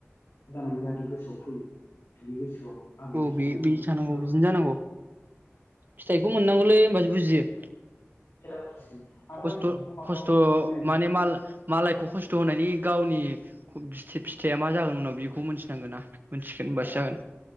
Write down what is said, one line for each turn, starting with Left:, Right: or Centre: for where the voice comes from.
Left: जानानै जाहाथे गोसोआव फैयो बिनि गोसोआव आं बिदि
Right: औ
Left: साननानै
Right: बे
Left: दं आरो
Right: थानांगौ
Left: लुबैनाय
Right: बिदिनो जानांगौ
Left: दं
Right: फिथाइखौ मोननांगौलै होमबासो बुजियो
Left: <unintelligible>
Right: खस्थ'
Left: बेखौ माब्लाबाबो
Right: खस्थ'
Left: नै
Right: माने माल मालायखौ खस्थ' होनायनि गावनि ख' फिथाइ फिथाइया मा जागोन उनाव बेखौ मोनथिनांगोन ना मोनथिगोन होमबासो
Left: औ
Right: जागोन